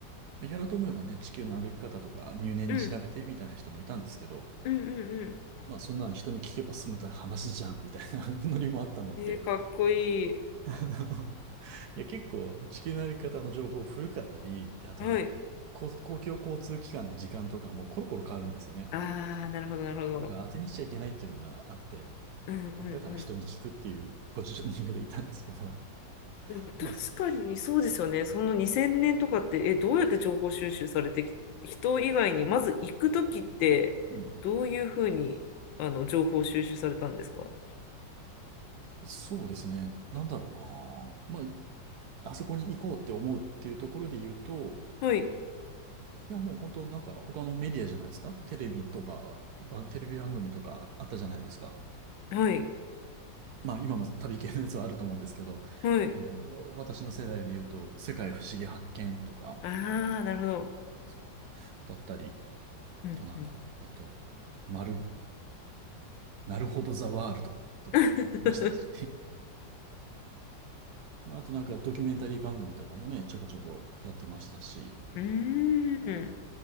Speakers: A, on the right; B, on the left.
A: まあやろうと思えばね、地球の歩き方とか入念に調べてみたいな人もいたんですけど、
B: うん。うんうんう
A: まあそんなの人に聞けば済むたら話じゃんみたいな <laughs> ノリもあったので、
B: ん。えー、かっこいい。
A: <laughs> あのいや結構地球の歩き方の情報古かったり、で、あとなんか、
B: はい。
A: 公公共交通機関の時間とかもコロコロ変わるんですよね。
B: ああ、なるほど、なるほど。
A: だから当てにしちゃいけないっていうのがあって、
B: うんうんうん。
A: だから人に聞くっていう <laughs> ポジショニングでいたんですけど、
B: でも確かにそうですよね。
A: <laughs> まあ、そ、
B: その2000年とかって、え、どうやって情報収集されてき、人以外に、まず行くときって、
A: うん、
B: どういうふうに、あの、情報収集されたんですか
A: そうですね。なんだろうな。まあ、あそこに行こうって思うっていうところで言うと、
B: はい。
A: いや、もう本当なんか他のメディアじゃないですか。テレビとか、ばテレビ番組とかあったじゃないですか。
B: はい。
A: まあ、今も旅系のやつはあると思うんですけど、
B: はい。
A: あの、私の世代で言うと、世界不思議発見とか、
B: ああ、なるほど。
A: そう、だったり、
B: うんうん
A: となんだろう。えっと、まる、なるほどザワールドとかもやってましたし、
B: <laughs>
A: まあとなんかドキュメンタリー番組とかもね、ちょこちょこやってましたし、
B: うーん、